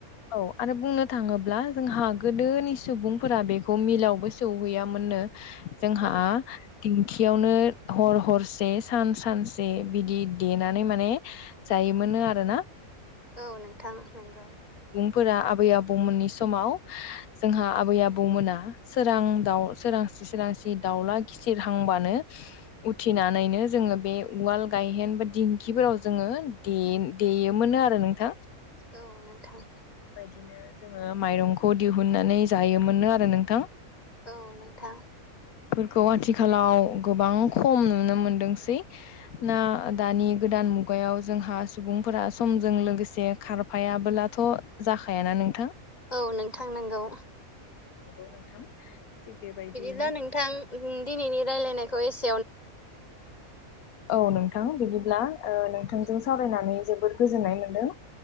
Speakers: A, on the left; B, on the left.
A: औ आरो बुंनो थाङोब्ला जोंहा गोदोनि सुबुंफोरा बेखौ मिलावबो सौहैयामोननो। जोंहा
B: औ
A: दिं खियावनो हर हरसे सान सानसे बिदि देनानै माने जायोमोन। मोनो आरो ना।
B: औ नोंथां नंगौ।
A: फोर आबै आबौमोननि समाव जोंहा आबै आबौमोना सोरां दाव सोरां सोरांसि सोरांसि दावला गेसेरहांब्लानो उथिनानैनो जोङो बे उवाल गायहेन। बे दिंखिफोराव जोङो दे देयोमोनो आरो नोंथां।
B: औ नोंथां।
A: बिदिनो जोङो माइरंखौ दिहुननानै जायोमोननो आरो नोंथां।
B: औ नोंथां।
A: खौ आथिखालाव गोबां खम नुनो मोनदोंसै ना दानि गोदान मुगायाव मुगायाव जोंहा सुबुंफोरा समजों लोगोसे खारफायाबोलाथ' जाखायाना नोंथां
B: औ नोंथां नंगौ।
A: नंगौ नोंथां। थिग बेबायदियैनो
B: बिदिब्ला नोंथां दिनैनि रायलायनायखौ एसे
A: औ नोंथां बिदि ब्ला ओ नोंथांजों
B: औ
A: सावरायनानै जोबोद गोजोननाय मोनदों।